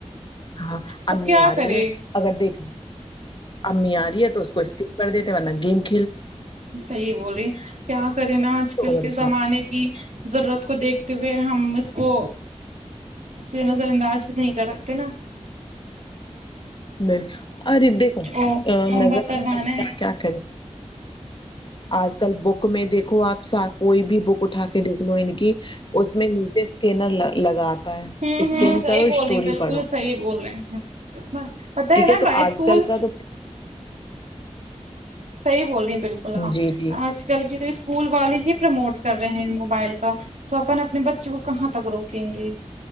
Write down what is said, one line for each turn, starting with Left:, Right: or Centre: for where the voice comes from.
Left: ہاں
Right: اب
Left: امی
Right: کیا
Left: آ
Right: کرے
Left: رہی ہے اگر دیکھ امی آ رہی ہے تو اس کو اسکپ کر دیتے ورنہ گیم کو
Right: صحیح بولے کیا کرے نا آج کل
Left: اوور
Right: کے
Left: اسمارٹ
Right: زمانے کی ضرورت کو دیکھتے ہوئے ہم اس کو اس سے نظر انداز بھی نہیں کر سکتے نا
Left: ب ارے دیکھو
Right: کو ہوم
Left: نظر
Right: ورک کروانا
Left: انداز کیا
Right: ہے
Left: کیا کریں آج کل بک میں دیکھو آپ کوئی بھی بک اٹھا کے دیکھ لو ان کی اس میں نیچے اسکینر لگات ہے
Right: ہوں
Left: اسکین
Right: ہوں صحیح
Left: کرو
Right: بول
Left: اسٹوری
Right: رہی بالکل
Left: پڑھو
Right: صحیح بول رہی ہیں، پتہ
Left: ٹھیک
Right: نا
Left: ہے تو
Right: بائی اسکول
Left: آج کل کا تو
Right: صحیح بول رہی ہیں بالکل آپ
Left: جی جی
Right: آج کل کی تو اسکول والے ہی پرموٹ کر رہے ہیں موبائل کا تو اپن اپنے بچے کو کہاں تک روکیں گے